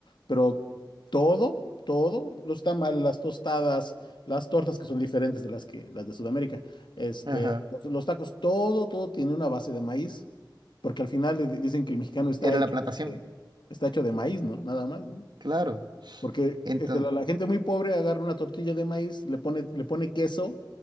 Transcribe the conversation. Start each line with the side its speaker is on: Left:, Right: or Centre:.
Left: pero todo, todo, los tamales, las tostadas, las tortas que son diferentes de las que, las de Sudamérica, este,
Right: Ajá,
Left: los, los tacos, todo, todo tiene una base de maíz, porque al final le di- dicen que el mexicano está
Right: era
Left: hecho
Right: la plantación.
Left: de, está hecho de maíz, ¿no? Nada más, ¿no?
Right: Claro.
Left: Porque
Right: Entonces,
Left: este, la, la gente muy pobre agarra una tortilla de maíz, le pone, le pone queso